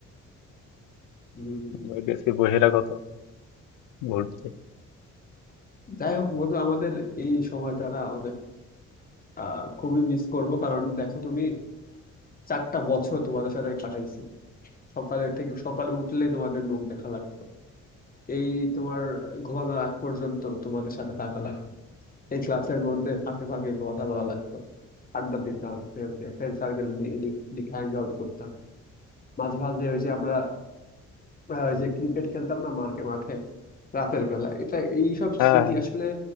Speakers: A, on the left; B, on the left.
A: উম,
B: আমরা গেছি বহিরাগত ঘুরতে
A: যাই হোক বন্ধু আমাদের এই সময়টা না অনেক আহ খুবই মিস করব কারণ দেখো তুমি চারটা বছর তোমাদের সাথে কাটাইছি সকালের থেকে সকালে উঠলেই তোমাদের মুখ দেখা লাগতো এই তোমার ঘুমানোর আগ পর্যন্ত তোমাদের সাথে থাকা লাগতো এই ক্লাসের মধ্যে ফাঁকে ফাঁকে কথা বলা লাগতো আড্ডা দিতাম ফ্রেন্ড সার্কেল নিয়ে এদিক ওদিক হ্যাং আউট করতাম মাঝে মাঝে ওই যে আমরা আহ, ওই যে ক্রিকেট খেলতাম না মাঠে মাঠে রাতের বেলা এটা এইসব
B: হ্যাঁ
A: স্মৃতি
B: হ্যাঁ
A: আসলে